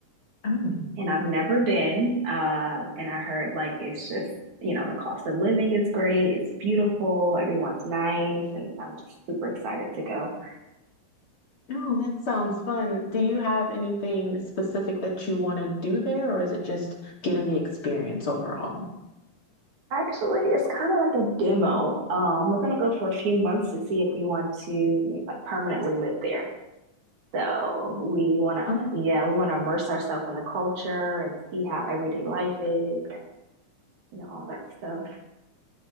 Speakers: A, on the left; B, on the right.
A: Oh,
B: and I've never been. Uh, and I heard like it's just, you know, the cost of living is great. It's beautiful. Everyone's nice. And I'm just super excited to go.
A: no, that sounds fun. Do you have anything specific that you want to do there, or is it just getting the experience overall?
B: Actually, it's kind of like a demo. Um, we're gonna go for a few months to see if we want to like permanently live there. So we wanna,
A: Oh,
B: yeah, we wanna immerse ourselves in the culture and see how everyday life is and you know all that stuff.